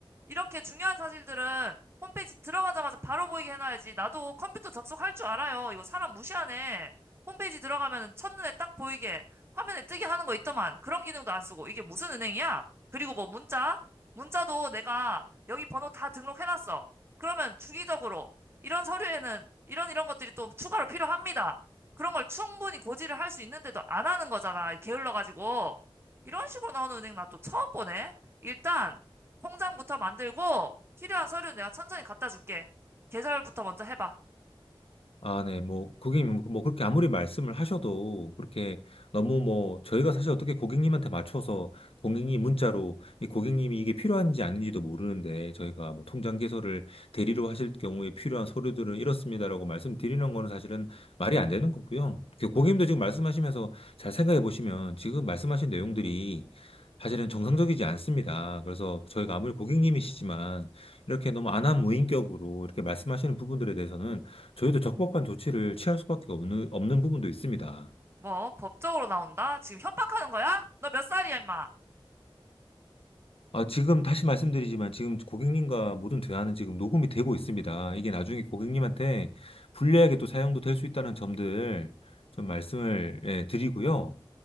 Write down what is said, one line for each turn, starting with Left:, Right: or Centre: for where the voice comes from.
Right: 이렇게 중요한 사실들은 홈페이지 들어가자마자 바로 보이게 해놔야지. 나도 컴퓨터 접속할 줄 알아요. 이거 사람 무시하네. 홈페이지 들어가면 첫눈에 딱 보이게 화면에 뜨게 하는 거 있더만. 그런 기능도 안 쓰고. 이게 무슨 은행이야? 그리고 뭐 문자? 문자도 내가 여기 번호 다 등록해놨어. 그러면 주기적으로 이런 서류에는 이런 이런 것들이 또 추가로 필요합니다. 그런 걸 충분히 고지를 할 수 있는데도 안 하는 거잖아. 게을러가지고. 이런 식으로 나오는 은행 나 또 처음 보네. 일단, 통장부터 만들고, 필요한 서류 내가 천천히 갖다 줄게. 계절부터 먼저 해봐.
Left: 아, 네, 뭐, 고객님, 뭐, 그렇게 아무리 말씀을 하셔도, 그렇게 너무 뭐, 저희가 사실 어떻게 고객님한테 맞춰서, 고객님 문자로, 이 고객님이 이게 필요한지 아닌지도 모르는데, 저희가 뭐, 통장 개설을 대리로 하실 경우에 필요한 서류들은 이렇습니다라고 말씀드리는 거는 사실은 말이 안 되는 거고요. 그 고객님도 지금 말씀하시면서 잘 생각해 보시면, 지금 말씀하신 내용들이 사실은 정상적이지 않습니다. 그래서 저희가 아무리 고객님이시지만, 이렇게 너무 안한 무인격으로 이렇게 말씀하시는 부분들에 대해서는 저희도 적법한 조치를 취할 수밖에 없는, 없는 부분도 있습니다.
Right: 뭐, 법적으로 나온다? 지금 협박하는 거야? 너 몇 살이야, 임마?
Left: 아, 지금 다시 말씀드리지만 지금 고객님과 모든 대화는 지금 녹음이 되고 있습니다. 이게 나중에 고객님한테 불리하게 또 사용도 될 수 있다는 점들 좀 말씀을 예, 드리고요.